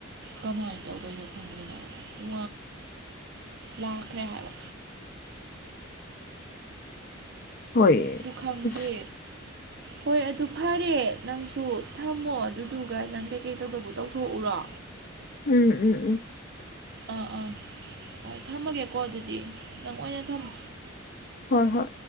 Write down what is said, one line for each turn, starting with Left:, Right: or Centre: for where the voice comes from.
Right: ꯀꯃꯥꯏꯅ ꯇꯧꯒꯣꯏꯅꯣ ꯊꯗꯦꯗ ꯎ ꯂꯥꯛꯈ꯭ꯔꯦ ꯍꯥꯏꯕ
Left: ꯍꯣꯏ
Right: ꯑꯗꯨ ꯈꯪꯗꯦ
Left: ꯑ
Right: ꯍꯣꯏ ꯑꯗꯨ ꯐꯔꯦ ꯅꯪꯁꯨ ꯊꯝꯃꯣ ꯑꯗꯨꯗꯨꯒ ꯅꯪ ꯀꯩꯀꯩ ꯇꯧꯗꯧꯕ ꯇꯧꯊꯣꯛꯎꯔꯣ
Left: ꯎꯝ ꯎꯝ ꯎꯝ
Right: ꯑꯥ ꯑꯥ ꯍꯣꯏ ꯊꯝꯃꯒꯦꯀꯣ ꯑꯗꯨꯗꯤ ꯅꯪ ꯑꯣꯏꯅ ꯊꯝꯃꯣ
Left: ꯍꯣꯏ ꯍꯣꯏ